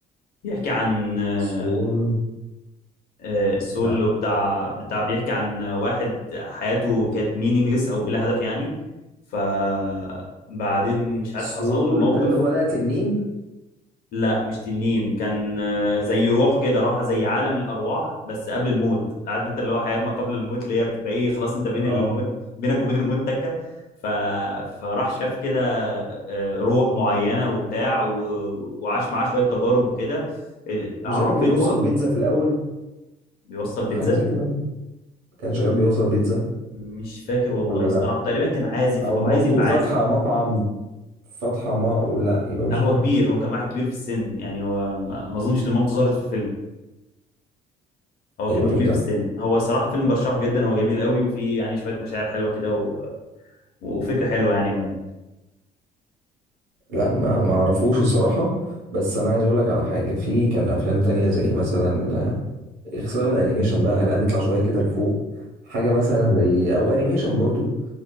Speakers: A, on the left (about 65°); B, on the right (about 85°).
A: بيحكي عن آه
B: سول
A: آه، السول
B: لا
A: بتاع بتاع بيحكي عن واحد حياته كانت مينينجلس او بلا هدف يعني فبعدين مش عارف
B: سول
A: حصل له موقف
B: ده اللي هو لا تنين
A: لا مش تنين كان آه، زي روح كده راح زي عالم الارواح بس قبل الموت عارف انت اللي هو حياة ما قبل الموت اللي هي بتبقى ايه خلاص انت بين
B: اه
A: الموت بينك وبين الموت تكة ف... فراح شاف كده آه، روح معينة وبتاع و... وعاش معاه شوية تجارب وكده آه، عرفته
B: مش ده كان بيوصل
A: او
B: بيتزا في الاول
A: بيوصل بيتزا
B: حاجه زي كده كان شغال بيوصل بيتزا
A: مش فاكر والله
B: ولا
A: الصراحة
B: لا
A: تقريبا كان عازف
B: او
A: أو
B: مامته
A: عايز يبقى
B: فاتحه
A: عازف
B: مطعم فاتحه ما أو لا يبقى مش
A: لا هو
B: ده
A: كبير هو كان واحد كبير في السن يعني هو ما ما أظنش إن مامته ظهرت في الفيلم هو
B: يبقى
A: كان كبير
B: مش ده
A: في السن هو صراحة فيلم برشحه جدا هو جميل قوي وفيه يعني شوية مشاعر حلوة كده و... وفكرة حلوة يعني عموما
B: لا ما ما اعرفوش الصراحه بس انا عايز اقول لك على حاجه في كان افلام تانية زي مثلا آه، سيبك من الانيميشن بقى لا نطلع شويه كده لفوق حاجه مثلا زي او انيميشن برضو